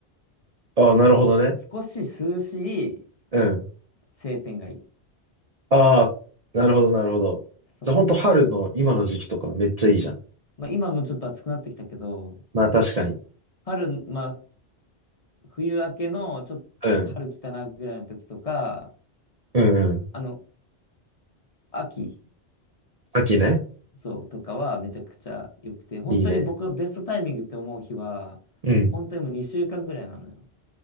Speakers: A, on the right (about 50°); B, on the left (about 40°).
A: ああ、なるほどね。
B: 少し涼しい
A: うん。
B: 晴天がいい。
A: ああ、なるほど、なるほど。
B: そう。
A: じゃあ、ほんと春の今の時期とかめっちゃいいじゃん。
B: まあ今もちょっと暑くなってきたけど、
A: まあ確かに。
B: 春、まあ冬明けのちょっと春来たなぐらいの時とか、
A: うん。うんうん。
B: あの、秋。
A: 秋ね。
B: そう、とかはめちゃくちゃ良くて、本当に僕ベストタイミングって思う日は、
A: いいね。うん。
B: 本当にもう2週間ぐらいなのよ。